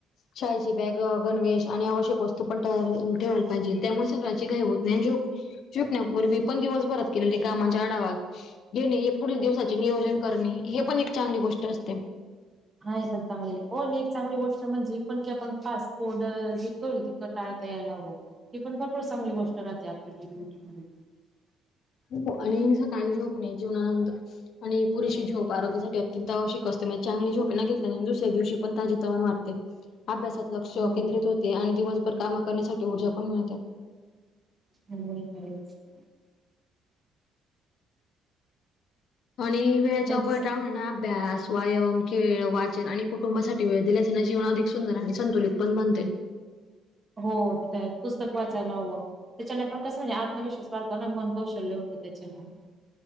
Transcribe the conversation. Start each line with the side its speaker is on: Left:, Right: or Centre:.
Left: छयची बॅग, गणवेश आणि आवश्यक वस्तू पण तयार ठेवायला पाहिजे, त्यामुळे सगळ्याची घाई होत नाही आणि जो जोपण्यापूर्वी पण दिवसभरात केलेले कामाचे आढावा घेणे, पुढील दिवसाचे नियोजन करणे, हे पण एक चांगली गोष्ट असते.
Right: हा एक पण चांगली आहं हो आणि एक चांगली गोष्ट म्हणजे पण की आपण फास्ट फूड जे करू क टाळता यायला हवं हे पण भरपूर चांगली गोष्ट राहते आपल्या डेली रुटीन मध्ये.
Left: हो आणि सकाळी झोप नाही जेवणानंतर आणि पुरेशी झोप आरोग्यासाठी अत्यंत आवश्यक असते म्हणजे चांगली झोप ना घेतले नाही ना दुसऱ्या दिवशी पण ताजेतवाने वातं ते अभ्यासात लक्ष
Right: हो
Left: केंद्रित होते आणि दिवसभर काम करण्यासाठी ऊर्जा पण मिळते.
Right: <unintelligible>
Left: आणि वेळेच्या
Right: नाहीच
Left: पयटावर आहे ना अभ्यास. व्यायाम खेळ वाचन आणि कुटुंबासाठी वेळ दिल्यास ना जीवन अधिक सुंदर आणि संतुलित पण बनते.
Right: हो तिथे आहेत पुस्तक वाचायला हवं. त्याच्याने पण कसं म्हणजे आत्मविश्वास वाढतो ना मन कौशल्य होतं त्याच्याने.